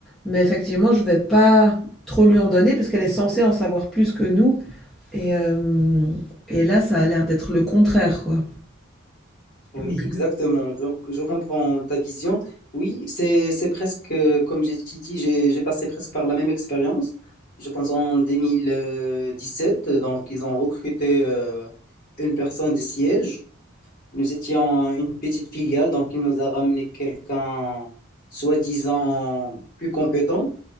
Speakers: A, in the centre; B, on the left.
A: Mais effectivement, je vais pas trop lui en donner parce qu'elle est censée en savoir plus que nous. Et, euh, et là, ça a l'air d'être le contraire, quoi.
B: Oui,
A: Donc,
B: exactement. Je, je comprends ta vision. Oui, c'est, c'est presque, euh, comme je t'ai dit, j'ai, j'ai passé presque par la même expérience. Je pense en deux mille euh, dix-sept. donc ils ont recruté euh, une personne des sièges Nous étions une petite filiale, donc il nous a ramené quelqu'un soi-disant plus compétent.